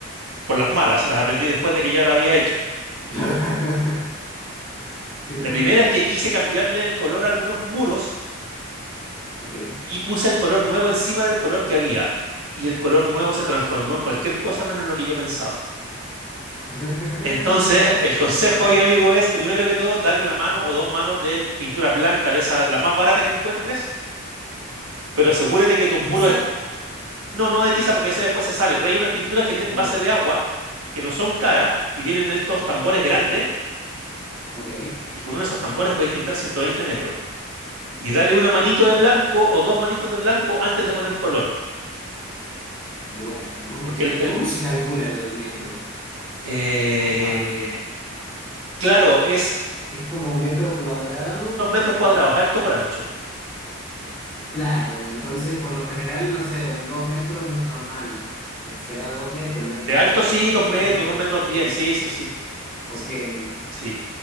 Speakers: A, on the right; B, in the centre.
A: Por las malas, las aprendí después de que ya la había hecho.
B: <laughs> Qué
A: La
B: problema.
A: primera es que quise cambiarle el color a algunos muros
B: Ok.
A: y puse el color nuevo encima del color que había. Y el color nuevo se transformó en cualquier cosa menos lo que yo pensaba.
B: <laughs>
A: Entonces, el consejo
B: Ok.
A: hoy, amigo, es primero que todo, dale una mano o dos manos de pintura blanca, de esa, la más barata que encuentres, pero asegúrate
B: ¿De, de
A: que tus
B: pizza?
A: muros est- No, no de tiza porque ese después se sale, pero hay unas pinturas que tienen
B: Ok.
A: base de agua, que no son caras, y vienen en estos tambores grandes,
B: Ok.
A: y con uno de esos tambores podéis pintar 120 metros. Y dale una manito de blanco o dos manitos de blanco antes de poner color.
B: Bueno,
A: Porque
B: eh,
A: el, el-
B: ¿cómo se calcula lo del metro
A: eh,
B: por pared?
A: claro, es,
B: Es como metro cuadrado,
A: son metros cuadrados,
B: eh,
A: alto por ancho.
B: claro, entonces por lo general, no sé, un dos metros es normal, Se- será dos metros esta,
A: De alto sí,
B: este
A: dos metros,
B: techo,
A: dos metros
B: sí,
A: diez, sí, sí, sí.
B: ok.
A: Sí,
B: Eh,
A: sí.